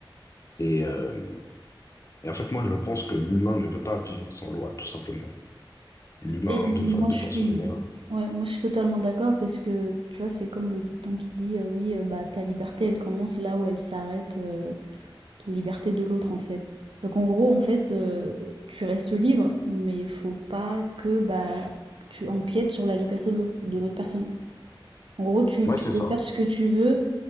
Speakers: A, on the left; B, on the right.
A: Et, euh, et en fait, moi, je pense que l'humain ne peut pas vivre sans loi, tout simplement. L'humain,
B: Et
A: de,
B: moi,
A: fa- de
B: je
A: façon
B: suis,
A: générale.
B: ouais, moi, je suis totalement d'accord parce que, tu vois, c'est comme le dicton qui dit, euh, oui, euh, bah, ta liberté, elle commence là où elle s'arrête, euh, la liberté de l'autre, en fait. Donc, en gros, en fait, euh, tu restes libre, mais il faut pas que, bah, tu empiètes sur la liberté de l'autre de l'autre personne. En gros, tu,
A: Ouais,
B: tu
A: c'est
B: peux
A: ça.
B: faire ce que tu veux,